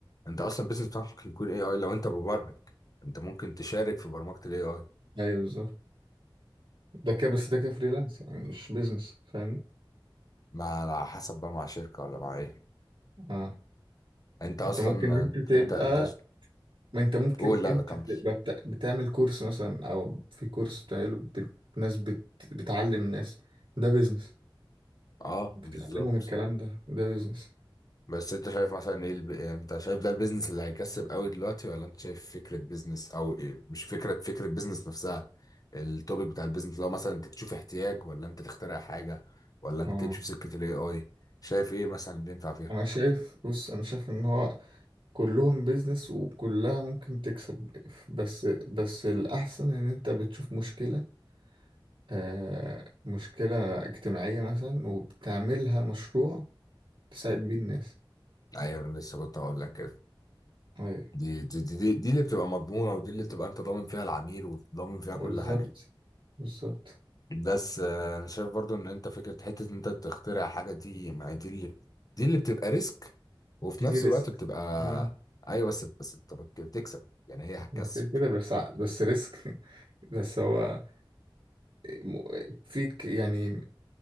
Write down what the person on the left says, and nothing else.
انت اصلا البيزنس بتاعك ممكن يكون اي اي لو انت مبرمج انت ممكن تشارك في برمجة الاي اي
مع على حسب بقى مع شركة ولا مع ايه
انت اصلا
انت
انت, انت...
قول لا
لا كمل
اه
بالظبط
بس انت شايف مثلا ايه الب... يعني انت شايف ده البيزنس اللي هيكسب قوي دلوقتي ولا انت شايف فكرة بيزنس او ايه مش فكرة فكرة بيزنس نفسها التوبيك بتاع البيزنس لو مثلا انت تشوف احتياج ولا انت تخترع حاجة ولا انت
تمشي في سكة الاي اي شايف ايه مثلا اللي ينفع فيها
ايوه انا لسه كنت هقول لك كده
دي دي, دي دي دي اللي بتبقى مضمونة ودي اللي بتبقى انت ضامن فيها العميل وضامن فيها
كل حاجة
بس آه، انا شايف برضو ان انت فكره حته ان انت بتخترع حاجه دي ما هي دي اللي دي اللي بتبقى ريسك وفي نفس
الوقت بتبقى
ايوه بس بس انت بت- بتكسب يعني هي هتكسب